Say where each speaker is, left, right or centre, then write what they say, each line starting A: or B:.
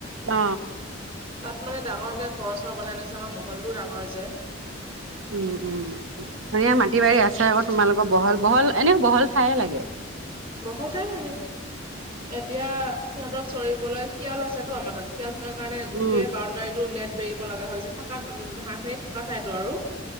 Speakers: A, on the right (about 80°); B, on the right (about 30°).
A: অ
B: তাত মানে ডাঙৰকে ঘৰ চৰ বনাই লৈছে আমাৰ মহলটোও ডাঙৰ যে
A: উম উম ধুনীয়া মাটি বাৰী
B: তাক মানে
A: আছে
B: কৈছো
A: আকৌ তোমালোকৰ বহল বহল এনে বহল ঠাইে লাগে
B: গখল াই লাগে এতিয়া সিহঁতৰ চৰিবলৈ শিয়াল আছেতো আমাৰ তাত িয়াল থকাৰ কাৰণে গোটেই
A: উম
B: বাউণ্ডাৰীটোো নেট বেৰিব লগা হৈ হৈছে থাকাত ঘাঁহ খিনি থকা ঠাইতো আৰু